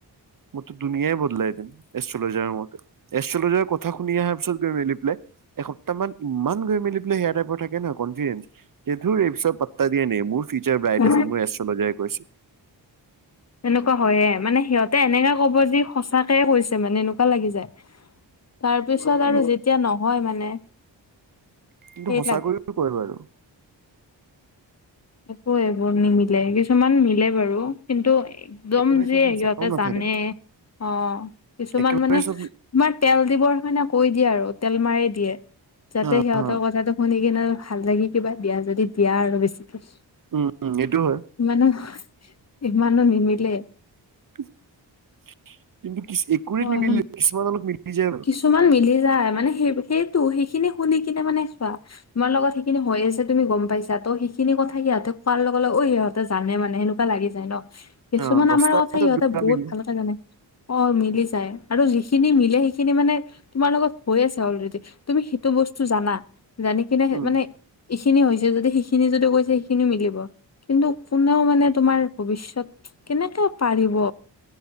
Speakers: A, on the right; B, on the left.
A: মইতো দুনিয়াই বদলাই দিম, এষ্ট্ৰলজাৰ মতে এষ্ট্ৰলজাৰ ক কথা শুনি অহাৰ পিছত গৈ মেলি পেলাই, এসপ্তাহ মান ইমান গৈ মেলি পেলাই সেইয়া টাইপৰ থাকে নহয় কনফিডেন্ঞ্চ। সেইটো এই পিছত পাত্তা দিয়ে নি মোৰ ফিউচাৰ ব্ৰাইট
B: অ
A: আছে, মোৰ এষ্ট্ৰলজাৰে কৈছে।
B: তেনেকুৱা হয় য়ে মানে সিহঁতে এনেকা ক'ব যে, সঁচাকে কৈছে মানে এনেকুৱা লাগি যায়। তাৰ পিছত
A: কিন্তু
B: আৰু যেতিয়া নহয় মানে
A: কিন্তু
B: সেই
A: সঁচাকৈ
B: লাগে।
A: কৈ বাৰু।
B: একো এইবোৰ নিমিলে, কিছুমান মিলে বাৰু কিন্তু একদম
A: একেবাৰে
B: যিয়ে
A: চব মিছাও
B: সিহঁতে
A: নাথাকে
B: জানে অ' কিছুমান
A: একেবাৰে
B: মানে
A: চব
B: তোমাৰ তেল দিবৰ কাৰণে কৈ দিয়ে আৰু তেল মাৰি দিয়ে, যাতে
A: আহ
B: সিহঁতৰ কথাটো শুনি এনেও ভাল লাগি কিবা দিয়া যদি দিয়া আৰু বেছিকে।
A: উম' উম' এইটো হয়।
B: মানে ইমানো নিমিলে
A: স্কিপ কৰি
B: হয়
A: দিবি নিমিলিল কিছুমান অলপ মিলি যায় আৰু
B: কিছুমান মিলি যায় মানে সেই সেইটো সেইখিনি শুনি কিনে মানে চোৱা তোমাৰ লগত সেইখিনি হৈ আছে তুমি গম পাইছা ত' সেইখিনি কথা সিহঁতে কোৱাৰ লগ ঐ ইিহঁত জানে মানে সেনেকুৱা লাগি যায় ন কিছুমান
A: অ দহটাৰ
B: আমাৰ কথা
A: ভিতৰত
B: সিহঁতে
A: দুটা
B: বহুত
A: মিলে
B: ভাল কথা জানে অ মিলি যাই আৰু যিখিনি মিলে সেইখিনি সিখিনি মানে তোমাৰ লগত হৈ আছে অলৰেডি তুমি সেইটো বস্তু জানা জানি <unintelligible>
A: উম
B: মানে এইখিনি হৈছে যদি সিখিনি যদি কৈছে সেইখিনিও মিলিব কিন্তু কোনেও মানে তোমাৰ ভৱিষ্যত কেনেকে পাৰিব